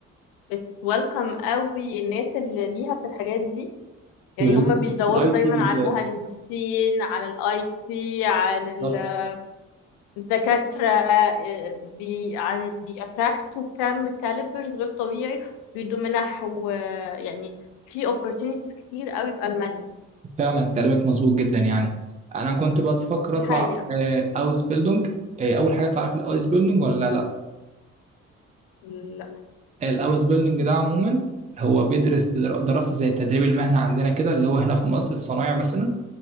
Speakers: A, on the left (about 65°); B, on the right (about 20°).
A: بتويلكم قوي الناس اللي ليها في الحاجات دي يعني
B: واللانس
A: هم بيدوروا
B: في الأي
A: دايما
B: تي بالذات
A: على المهندسين على الاي تي عن ال-
B: بالظبط
A: الدكاترة آه، بي عن بيأتراكتوا كم كاليبرز غير طبيعي بيدوا منح ويعني في opportunities كتير قوي في ألمانيا
B: فعلا كلامك مظبوط جدا يعني أنا كنت بفكر
A: دي
B: أطلع
A: حقيقة
B: آه أوز بيلدونج آه أول حاجة تعرف الأوز بيلدونج ولا لأ؟
A: لا
B: الاوس بيلدنج ده عموما هو بيدرس در- دراسه زي التدريب المهني عندنا كده اللي هو هنا في مصر الصنايع مثلا